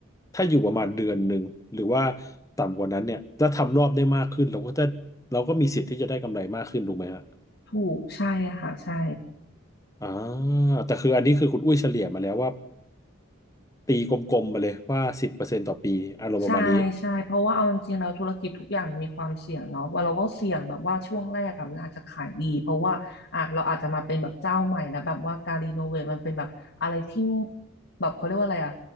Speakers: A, on the left (about 15°); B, on the left (about 60°).
A: ถ้าอยู่ประมาณเดือนหนึ่งหรือว่าต่ำกว่านั้นเนี่ยถ้าทำรอบได้มากขึ้นเราก็จะเราก็มีสิทธิ์ที่จะได้กำไรมากขึ้นถูกไหมฮะ
B: ถูกใช่ค่ะใช่
A: อ่าแต่คืออันนี้คือคุณอุ้ยเฉลี่ยมาแล้วว่าตีกลมๆมาเลยว่าสิบเปอร์เซ็นต์ต่อปีอารมณ์ประมาณนี้
B: ใช่ใช่เพราะว่าเอาจริงๆแล้วธุรกิจทุกอย่างมันมีความเสี่ยงเนาะว่าเราก็เสี่ยงแบบว่าช่วงแรกอะมันอาจจะขายดีเพราะว่าอ่ะเราอาจจะมาเป็นแบบเจ้าใหม่แล้วแบบว่าการรีโนเวทมันเป็นแบบอะไรที่แบบเขาเรียกว่าอะไรอะ